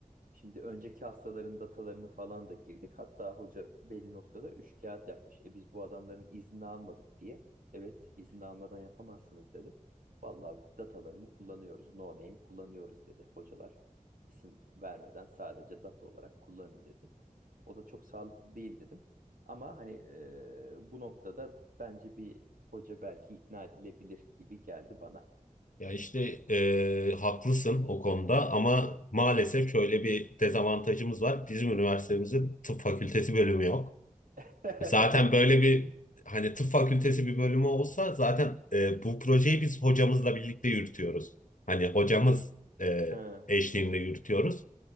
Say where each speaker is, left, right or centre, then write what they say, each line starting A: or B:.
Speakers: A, on the right; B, on the left.
A: Şimdi önceki hastaların datalarını falan da girdik. Hatta hoca belli noktada üç kağıt yapmış. E biz bu adamların izni almadık diye. Evet, izni almadan yapamazsınız dedim. Vallahi datalarını kullanıyoruz. No name kullanıyoruz dedi hocalar. İsim vermeden sadece data olarak kullanın dedi. O da çok sağlıklı değil dedim. Ama hani e, bu noktada bence bir hoca belki ikna edilebilir gibi geldi bana.
B: Ya işte e, haklısın o konuda ama maalesef şöyle bir dezavantajımız var. Bizim üniversitemizin tıp fakültesi bölümü yok.
A: <laughs>
B: E, Zaten böyle bir hani tıp fakültesi bir bölümü olsa zaten e, bu projeyi biz hocamızla birlikte yürütüyoruz. Hani hocamız e,
A: Hı
B: eşliğinde yürütüyoruz.